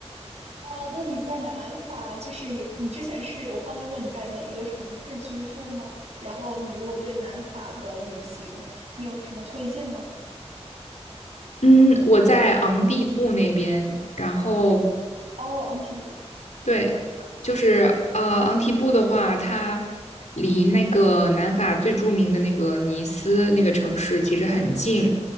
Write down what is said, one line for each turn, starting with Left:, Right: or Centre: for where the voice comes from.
Right: 哦，那你在南法，就是有你之前是我方便问你在哪一个城市居住吗？然后你如果对南法的旅行，你有什么推荐吗？
Left: 嗯，我在昂蒂布那边，然后
Right: 哦，昂提布。
Left: 对，就是呃，昂提布的话，它离那个南法最著名的那个尼斯那个城市其实很近，